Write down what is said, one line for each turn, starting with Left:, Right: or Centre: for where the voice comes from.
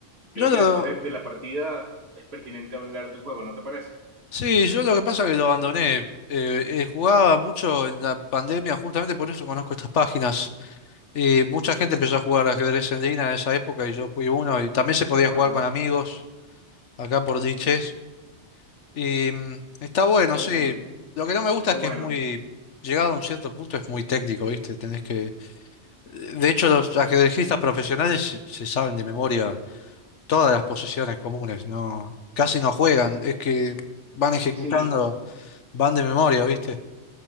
Right: Creo
Left: Yo lo,
Right: que después de, de la partida es pertinente hablar del juego, ¿no te parece?
Left: Sí, yo lo que pasa es que lo abandoné. Eh, eh, jugaba mucho en la pandemia, justamente por eso conozco estas páginas. Eh, mucha gente empezó a jugar ajedrez en línea en esa época y yo fui uno. Y también se podía
Right: Qué bueno,
Left: jugar con amigos acá por diches. Y mm, está bueno,
Right: qué
Left: sí.
Right: bueno,
Left: Lo que no me gusta
Right: qué
Left: es
Right: bueno.
Left: que es muy, llegado a un cierto punto, es muy técnico, ¿viste? Tenés que. eh, De hecho, los ajedrecistas profesionales se, se saben de memoria todas las posiciones comunes, ¿no? Casi no juegan, es que van ejecutando,
Right: Sí,
Left: van de memoria, ¿viste?